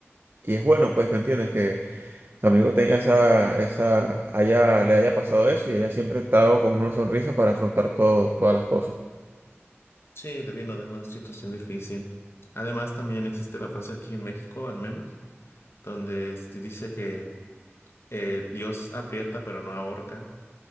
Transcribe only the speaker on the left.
Sí, de- vino de una situación difícil. Además, también existe la frase aquí en México, al menos, donde este, dice que... eh, Dios aprieta pero no ahorca.